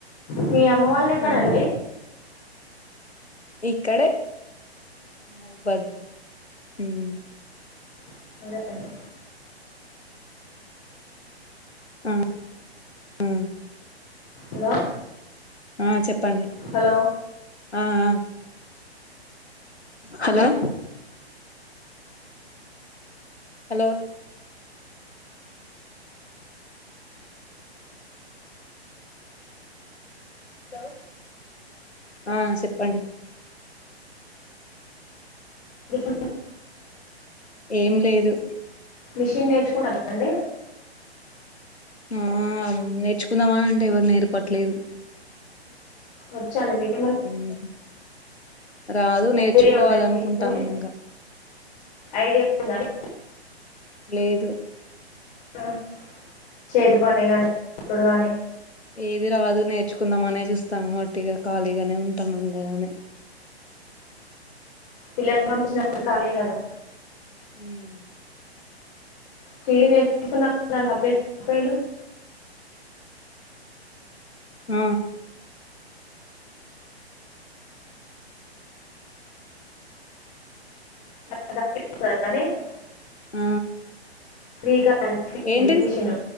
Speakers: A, on the left; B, on the left.
A: మీ అమ్మ వల్ది ఎక్కడండి?
B: ఆ ఇక్కడే మౌబద్ ఉమ్
A: <unintelligible> అండి
B: ఆ ఆ
A: హలో
B: ఆ చెప్ ప్పండి
A: హలో
B: ఆ ఆ హలో హలో హలో ఆ చెప్పండి
A: ఇంకా
B: ఏం లేదు
A: మిషిన్ నేర్చుకుంటారండి?
B: ఆ నేర్చుకుందామా అంటే ఎవరు నేర్పట్లేరు.
A: వచ్చాండి మీక్
B: ఉహ్ ఉమ్ రాదు నేర్చుకోవాలనుకుంటానమింగ
A: ఐడియా ఉందా మీ స్కూల్ ఐడియా ఉందా అండి?
B: లేదు
A: ఆ చేతి పని కానీ ఇప్పుడు గానీ
B: ఏది రాదు నేర్చుకుందామ అనే చూస్తాము ఉతిగా ఖాళీగానే ఉంటాం ఈగ అవును
A: పిల్లలని పంపించిన తరువాత ఖాళీయే కదా?
B: ఉమ్
A: స్త్రీలు నేర్పిస్తున్నారు కదా అప్పుయిలు
B: ఆ
A: <unintelligible>
B: ఆ
A: శ్రీకా మంచి
B: ఏంటిది
A: మిషను